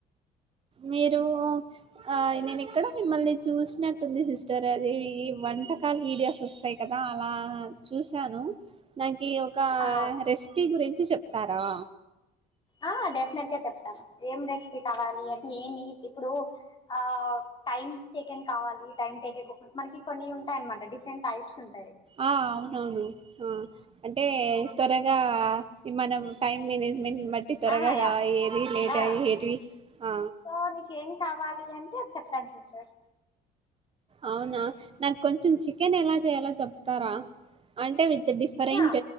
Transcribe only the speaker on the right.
మీరు ఆ నేను ఎక్కడో మిమ్మల్ని చూసినట్టుంది సిస్టర్ అది ఈ వంటకాల వీడియోస్ వస్తాయి కదా అలా చూశాను నాకు ఒక
రెసిపీ గురించి చెప్తారా
ఆ అవునవును ఆ అంటే త్వరగా మనం టైం మేనేజ్మెంట్ బట్టి త్వరగా
ఏది లేట్
అయి ఏటివి ఆ
అవునా నాకు కొంచెం చికెన్ ఎలా చేయాలో చెప్తారా అంటే విత్ డిఫరెంట్